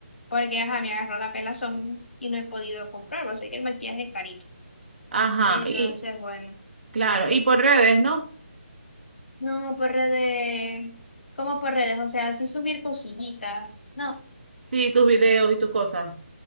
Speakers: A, on the left (about 65°); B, on the right (about 55°).
A: Porque, ajá, me agarró la pelazón y no he podido comprarlo. sé que el maquillaje es carito.
B: Ajá.
A: Entonces,
B: Y
A: bueno.
B: claro, y por redes, ¿no?
A: No, por redes. ¿Cómo por redes? O sea, así subir cosillitas. No,
B: Sí, tus videos y tus cosas.